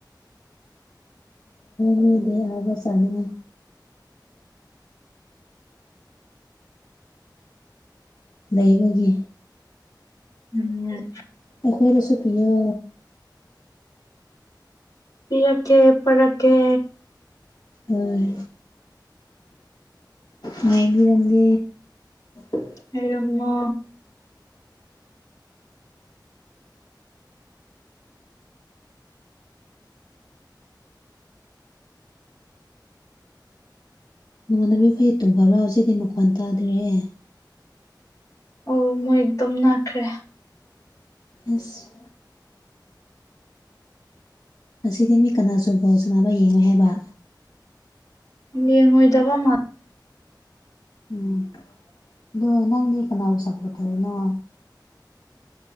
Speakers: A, on the left; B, on the left.
A: ꯃꯤꯗꯤ ꯑꯍꯥꯎꯕ ꯆꯥꯅꯤꯡꯉꯦ ꯂꯩꯕꯒꯤ
B: ꯎꯝ
A: ꯑꯩꯈꯣꯏ ꯒꯤꯁꯨ ꯄꯤꯌꯣ
B: ꯄꯤꯔꯛꯀꯦ ꯄꯣꯔꯛꯀꯦ
A: ꯍꯣꯏ ꯉꯥꯏꯕꯤꯔꯝꯒꯦ ꯎ
B: ꯑꯩꯔꯝꯃꯣ
A: ꯅꯣꯡꯉꯥꯟꯗꯕꯤ ꯐꯣꯏ ꯇꯨꯡ ꯈꯕꯥꯎ ꯍꯧꯁꯤꯗꯤ ꯃꯈꯀꯣꯟ ꯇꯥꯗ꯭ꯔꯤꯦ
B: ꯑꯣ ꯃꯣꯏ ꯑꯗꯨꯝ ꯅꯥꯈ꯭ꯔꯦ
A: ꯑꯁ ꯉꯁꯤꯗꯤ ꯃꯤ ꯀꯅꯥꯁꯨ ꯕꯣꯜ ꯁꯥꯟꯅꯕ ꯌꯦꯡꯉ ꯍꯥꯏꯕ
B: ꯌꯦꯉꯣꯏꯗꯕ ꯃꯥ
A: ꯎꯝ ꯑꯗꯣ ꯅꯪꯗꯤ ꯀꯅꯥꯕꯨ ꯁꯥꯄꯣꯔꯠ ꯇꯧꯔꯤꯅꯣ